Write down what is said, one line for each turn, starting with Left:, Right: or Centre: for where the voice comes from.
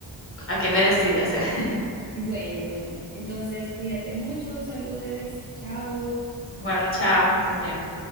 Left: a qué me decidí hacer. <laughs>
Right: Bueno, bueno, entonces cuídate mucho, saludos, chao.
Left: Igual, chao, que estés bien.